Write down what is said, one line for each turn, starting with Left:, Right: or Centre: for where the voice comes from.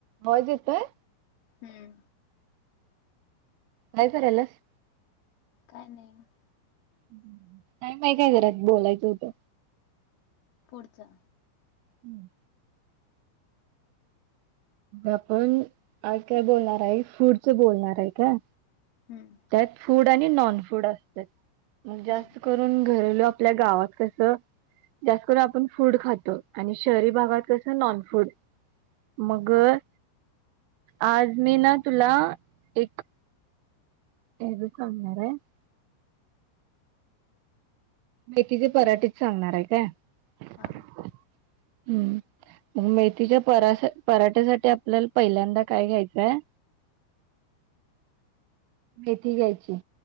Right: आवाज येतोय.
Left: हम्म.
Right: काय करालैस.
Left: काय नाही.
Right: हम्. टाइम आहे का, जरा बोलायचं होतं
Left: पुढचा.
Right: हम्. आपण आज काय बोलणार आहे, फूडच बोलणार आहे काय.
Left: हम्म.
Right: त्यात फूड आणि नॉन फूड असत्यात जास्त
Left: हम्म
Right: करून. घरेलू आपल्या गावात कसं, जास्त करून आप फूड खातो. आणि शहरी भागात कसं नॉन फूड मगं.
Left: हा
Right: आज मी ना, तुला एक. <unintelligible> मेथीचे पराठेच सांगणार आहे काय हम्म.
Left: हा
Right: मेथीच्या पराठ्यासाठी आपल्याला पहिल्यांदा काय घ्यायचाय. मेथी घ्यायची.